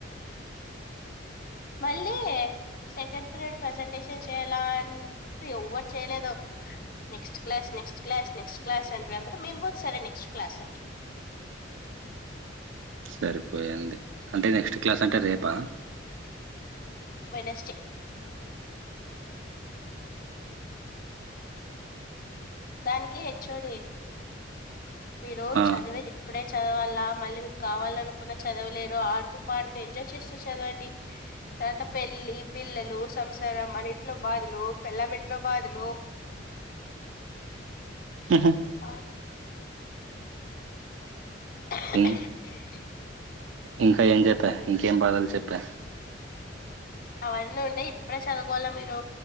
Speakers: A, on the left (about 50°); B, on the right (about 80°).
A: మళ్ళీ సెకండ్ పీరియడ్ ప్రజెంటేషన్ చేయాల అంట ఎవ్వరు చేయలేదు next class next class next class అంట అంద్ర సరే మేము నెక్స్ట్ క్లాస్ అంటున్నాం
B: సరిపోయింది అంటే నెక్స్ట్ క్లాస్ అంటే రేపా
A: వెనస్టే దానికి హెచ్వోడి మీరు
B: ఆ
A: చదివేది ఇప్పుడే చదవాలా మళ్ళీ మీరు కావాల అనుకున్నా చదవలేరు ఆడుతూ పాడుతూ ఎంజాయ్ చేస్తూ చదవండి తర్వాత పెళ్ళి పిల్లలు సంసారం మన ఇంట్లో బాధలు పెళ్ల్ల ఇంట్లో బాధలు
B: హహ
A: ఆ ఉ
B: ఇం ఇంకా ఏం చెప్పా ఇంకేం బాధలు చెప్పా
A: అవన్నీ ఉంటయి ఇప్పుడే చదువుకోవాలి మీరు